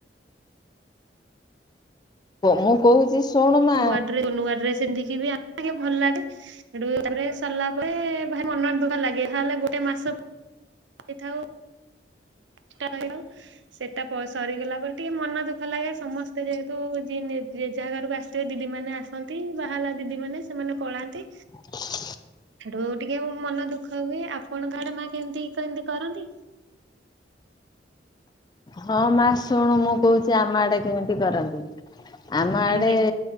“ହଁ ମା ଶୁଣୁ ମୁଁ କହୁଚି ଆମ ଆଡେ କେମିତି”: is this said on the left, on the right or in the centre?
Left